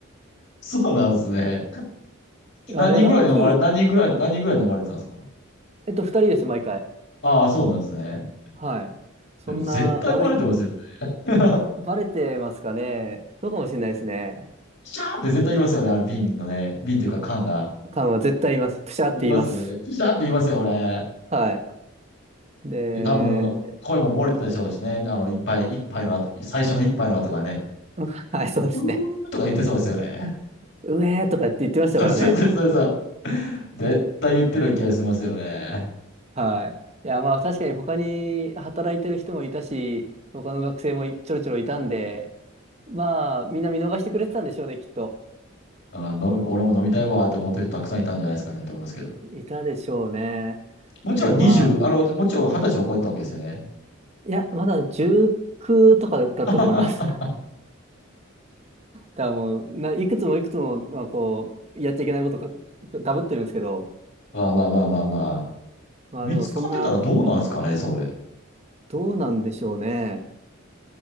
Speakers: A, on the left; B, on the right.
A: そうなんですね。
B: あれ、
A: 何人ぐらいに飲まれ、
B: ラッキー。
A: 何人ぐらい、何人ぐらいに飲まれてたんですか
B: えっと、2人です、毎回。
A: ああ、そうなんですね。
B: はい。そんな悪い、
A: でも絶対バレてますよね。<laughs>
B: バレてますかね。そうかもしれないですね。
A: シャーって絶対言いますよね、あれ瓶のね。瓶というか缶が。
B: 缶は絶対言います。プシャーって言います。
A: 言いますよね。プシャーって言いますよね。
B: はい。で、
A: で、多分、声も漏れてたでしょうしね。あの、一杯、一杯の後、最初の一杯の後がね。
B: <laughs> はい、そうですね。
A: うーとか言ってそうですよね。
B: うめーとかって言ってましたからね。
A: そうそうそうそうそう。絶対言ってる気がしますよね。
B: はい。いや、まあ確かに他に働いてる人もいたし、他の学生もいちょろちょろいたんで、まあみんな見逃してくれてたんでしょうね、きっと。
A: あ、飲み俺も飲みたいわって思ってる人たくさんいたんじゃないですかねと思いますけど。
B: いたでしょうね。
A: もちろん20、
B: でもまあ、
A: あの、もちろん20歳は超えてたわけですよね。
B: いや、まだ19とかだったと思います。
A: <laughs> ま
B: <laughs> だからもう、な、いくつもいくつも、まあ、こう、やっちゃいけないことか、ダブってるんですけど、
A: あまあまあまあまあ。
B: まあでもそんな、
A: 見つかってたらどうなんですかね、それ。
B: どうなんでしょうね。